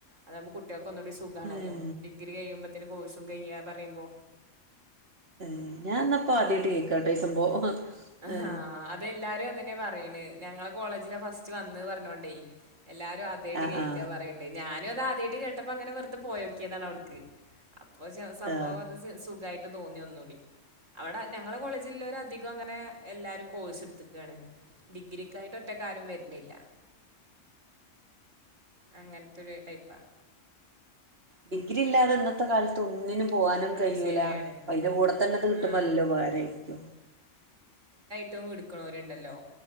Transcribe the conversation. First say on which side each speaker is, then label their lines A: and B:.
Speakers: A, on the right; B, on the right.
A: അതാകുമ്പോ കുട്ട്യോ ക്ക് ഒന്നുകൂടി സുഖാണല്ലോ
B: ഏ
A: ഡിഗ്രി കഴിയുമ്പോത്തിന് കോഴ്സും കഴിയാ പറയുമ്പോ
B: എഹ് ഞാൻന്നപ്പോ ആദ്യായിട്ട് കേക്കാ ട്ട ഈ സംഭവം
A: അഹ്
B: ഏ
A: അതെല്ലാരും അതന്നെ പറയണ് ഞങ്ങളെ കോളേജില ഫസ്റ്റ് വന്ന് പറഞ്ഞോണ്ടേ എല്ലാരും ആദ്യായിട്ട്
B: ആ
A: കേൾക്കാ
B: ആ
A: പറയ്ണ്ട് ഞാനും അത് ആദ്യായിട്ട് കേട്ടപ്പോ അങ്ങനെ വെറുതെ പോയോ ക്കിതാണ് അവിടുക്ക് അപ്പൊ സംഭവം
B: ആ
A: അത് സുഖായിട്ട് തോന്നി ഒന്നൂടി അവടെ ഞങ്ങളെ കോളേജില്ലോരും അധികം അങ്ങനെ എല്ലാവരും കോഴ്സ് ഇടുത്തക്കാണ് ഡിഗ്രി ക്കായിട്ട് ഒറ്റക്കാരും വര്ണില്ല. അങ്ങൻത്തൊരു ടൈപ്പാ.
B: ഡിഗ്രി ഇല്ലാതെ ഇന്നത്തെ കാലത്ത് ഒന്നിനും പോവാനും കയ്യൂല.
A: അത് ശരിയാണ്.
B: പ്പയ്ന്റെ കൂടെ തന്നെ ഇത് കിട്ടുമ്പോ
A: ആഹ്.
B: നല്ല ഉപകാരായിരിക്കും.
A: ട്ടും ഇട്ക്ക്ണോര്ണ്ടല്ലോ.